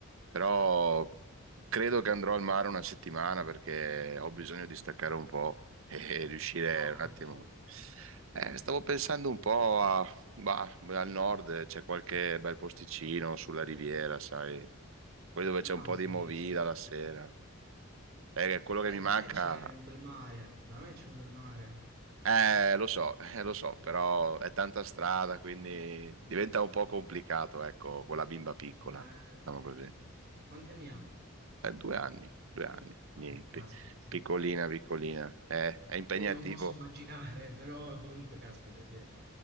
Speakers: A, on the right (about 65°); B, on the right (about 50°).
A: però credo che andrò al mare una settimana perché ho bisogno di staccare un po' e <laughs> riuscire
B: Dove
A: un
B: di
A: attimo.
B: bello?
A: Eh, stavo pensando un po' a, bah, al nord, c'è qualche bel posticino sulla riviera, sai. poi dove c'è
B: Ah,
A: un po'
B: sì,
A: di movida
B: sì. Eh,
A: la sera. È quello che mi
B: da
A: manca.
B: me c'è un bel mare, da me c'è un bel mare.
A: Eh, lo so, <laughs> eh, lo so, però è tanta strada, quindi diventa un po' complicato, ecco, con la bimba piccola,
B: Eh,
A: diciamo così.
B: sì, sì. Quanti anni ha?
A: È due anni, due anni, quindi
B: Eh,
A: pi-
B: caspita, sì,
A: piccolina,
B: sì. Cioè,
A: piccolina. Eh, è impegnativo.
B: Io non posso immaginare, però comunque, caspita, sì.